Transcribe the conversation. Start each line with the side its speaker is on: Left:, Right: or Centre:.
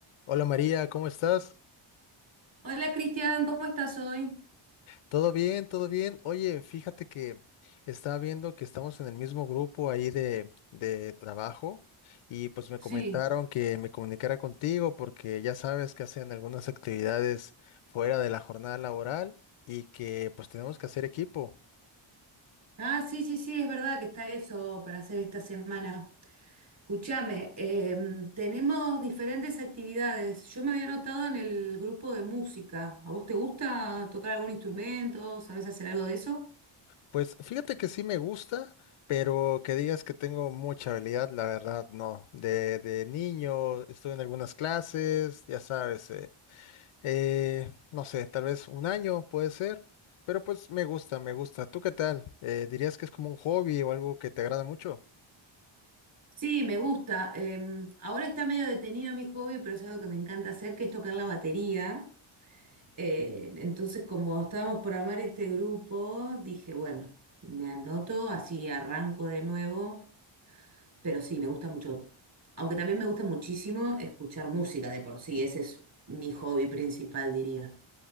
Left: Hola María, ¿cómo estás?
Right: Hola Cristian, ¿cómo estás hoy?
Left: ¿Todo bien? ¿Todo bien? Oye, fíjate que estaba viendo que estamos en el mismo grupo ahí de, de trabajo y pues me
Right: Sí.
Left: comentaron que me comunicara contigo porque ya sabes que hacen algunas actividades fuera de la jornada laboral y que pues tenemos que hacer equipo.
Right: Ah, sí, sí, sí, es verdad que está eso para hacer esta semana. Escúchame, em, tenemos diferentes actividades. Yo me había anotado en el grupo de música. ¿A vos te gusta tocar algún instrumento? ¿Sabés hacer algo de eso?
Left: Pues fíjate que sí me gusta, pero que digas que tengo mucha habilidad, la verdad no. De, de niño estuve en algunas clases, ya sabes. eh, Eh, no sé, tal vez un año puede ser, pero pues me gusta, me gusta. ¿Tú qué tal? Eh, ¿dirías que es como un hobby o algo que te agrada mucho?
Right: Sí, me gusta. Em, ahora está medio detenido mi hobby, pero es algo que me encanta hacer, que es tocar la batería. Eh, entonces, como estábamos por armar este grupo, dije, bueno, me anoto, así arranco de nuevo. Pero sí, me gusta mucho. Aunque también me gusta muchísimo escuchar música de por sí. Ese es mi hobby principal, diría.